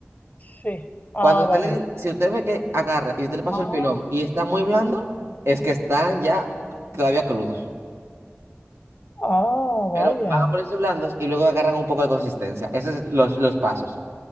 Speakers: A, on the left (about 40°); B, on the right (about 80°).
A: Sí. Ah,
B: Cuando usted
A: vale.
B: le, si usted ve que agarra y usted le pasó
A: Ah,
B: el pilón y está muy blando, es que están ya todavía crudos.
A: ah,
B: Pero
A: vaya.
B: van a ponerse blandos y luego agarran un poco de consistencia. Esos son los, los pasos.